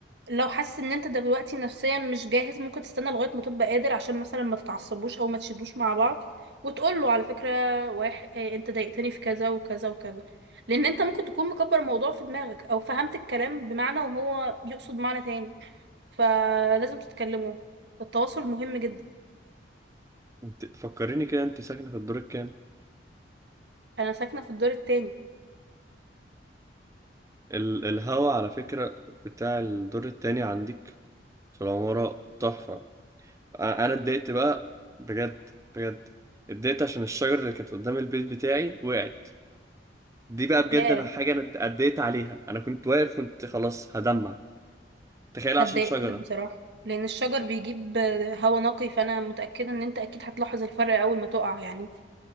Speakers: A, on the right (about 70°); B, on the right (about 20°).
A: لو حاسس ان انت دلوقتي نفسيا مش جاهز ممكن تستنى لغاية ما تبقى قادر عشان مثلا ما تتعصبوش او ما تشدوش مع بعض وتقول له على فكرة واحد إيه، انت ضايقتني في كذا وكذا وكذا لان انت ممكن تكون مكبر الموضوع في دماغك او فهمت الكلام بمعنى وهو بيقصد معنى تاني فلازم تتكلموا التواصل مهم جدا
B: انت فكريني كده أنت ساكنة في الدور الكام؟
A: انا ساكنة في الدور التاني
B: ال- الهوا على فكرة بتاع الدور التاني عندك في العمارة تحفة أنا أنا اتضايقت بقى بجد بجد اتضايقت عشان الشجرة اللي كانت قدام البيت بتاعي وقعت دي بقى بجد
A: ياه
B: أنا حاجة أنا اتضايقت عليها أنا كنت واقف كنت خلاص هدمع تخيل عشان
A: هتضايقت
B: شجرة
A: لك بصراحة لأن الشجر بيجيب هوا نقي فأنا متأكدة إن أنت أكيد هتلاحظ الفرق أول ما تقع يعني